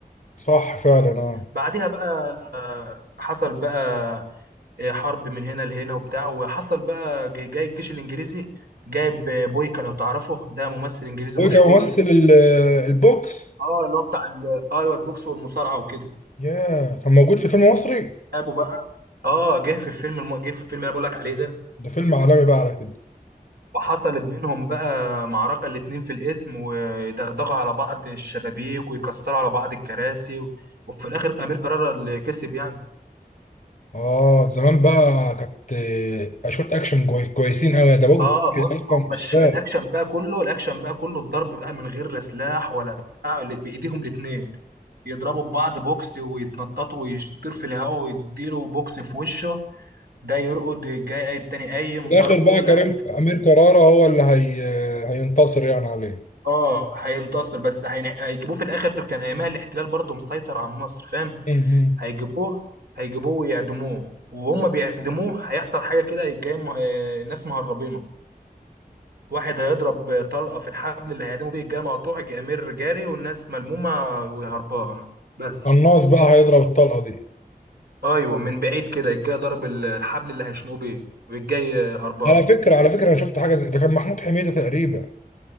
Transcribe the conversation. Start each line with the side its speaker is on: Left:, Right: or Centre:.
Left: صح فعلا اه
Right: بعديها بقى آه، حصل بقى آه، حرب من هنا لهنا وبتاع وحصل بقى جاي جاي الجيش الانجليزي جايب بويكا لو تعرفه ده ممثل انجليزي
Left: هو
Right: مشهور
Left: كان ممثل ال- البوكس
Right: اه اللي هو بتاع ال- ايوه البوكس والمصارعه وكده
Left: يا كان موجود في فيلم مصري
Right: ابو بقى اه جه في الفيلم الم... جه في الفيلم اللي انا بقول لك عليه ده
Left: ده فيلم عالمي بقى على كده
Right: وحصلت بينهم بقى معركه الاتنين في الاسم ويدغدغوا على بعض الشبابيك ويكسروا على بعض الكراسي و... وفي الاخر امير قرر اللي كسب يعني
Left: اه زمان بقى كانت آه، اشوت اكشن كوي- كويسين قوي ده بوجد
Right: اه بص
Left: اصلا
Right: هم
Left: استاذ
Right: الش... الاكشن بقى كله الاكشن بقى كله الضرب بقى من غير لا سلاح ولا بتاع ال- بايديهم الاتنين يضربوا ببعض بوكس ويتنططوا ويطير في الهواء ويديله بوكس في وشه ده يرقد جاي قايم التاني قايم
Left: في الاخر
Right: ضربه
Left: بقى
Right: لا
Left: كريم امير كرارة هو اللي هي هينتصر يعني عليه
Right: اه هينتصر بس هين- هيجيبوه في الاخر كان ايامها الاحتلال برضه مسيطر على مصر فاهم
Left: امم
Right: هيجيبوه هيجيبوه ويعدموه وهم بيعدموه هيحصل حاجه كده جاي م... آه، الناس مهربينه واحد هيضرب طلقه في الحبل اللي هيعدموا بيه جاي مقطوع جاي امير جاري والناس ملمومه وهربانه بس
Left: قناص بقى هيضرب الطلقه دي
Right: ايوه من بعيد كده الجاي ضرب ال- الحبل اللي هيشنقوه بيه والجاي هربان
Left: على فكره على فكره انا شفت حاجه زي ده كان محمود حميده تقريبا